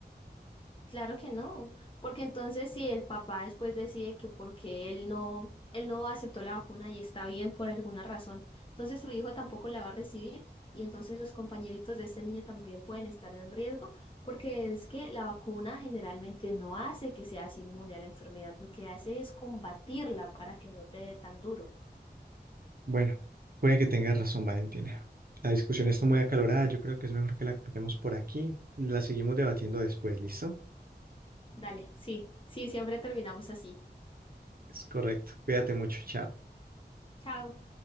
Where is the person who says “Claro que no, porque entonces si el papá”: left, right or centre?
Left